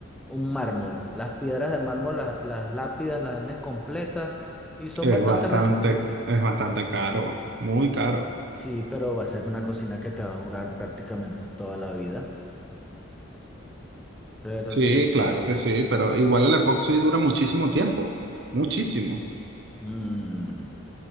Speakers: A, in the centre; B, on the right (about 55°).
A: un mármol. Las piedras de mármol, las, las lápidas las venden completas y son
B: Es
A: bastante
B: bastante,
A: resistentes.
B: es bastante caro, muy caro.
A: Sí, pero va a ser una cocina que te va a durar prácticamente toda la vida. Pero
B: Sí,
A: sí.
B: claro que sí, pero igual el epoxi dura muchísimo tiempo, muchísimo.
A: Mm.